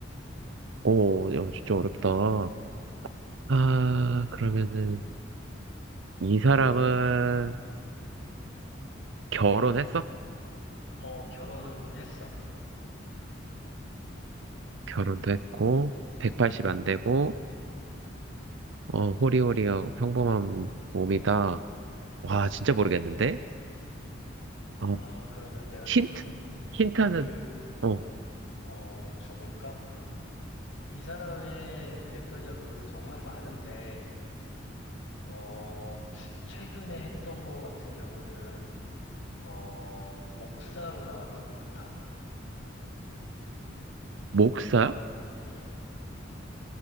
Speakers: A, on the right; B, on the left.
A: 오, 야, 진짜 어렵다. 아, 그러면은, 이 사람은 결혼했어?
B: 어, 결혼은 했어.
A: 결혼도 했고, 180 안 되고, 어, 호리호리하고 평범한 몸이다. 와, 진짜 모르겠는데? 어,
B: 아, 그러면 내가
A: 힌트?
B: 좀 더 힌,
A: 힌트는,
B: 힌트를,
A: 어,
B: 어, 줘볼까? 이 사람의 대표작은 정말 많은데, 어, 최근에 했던 거 같은 경우는, 어, 목사로 나왔던 것 같아.
A: 목사?
B: 응,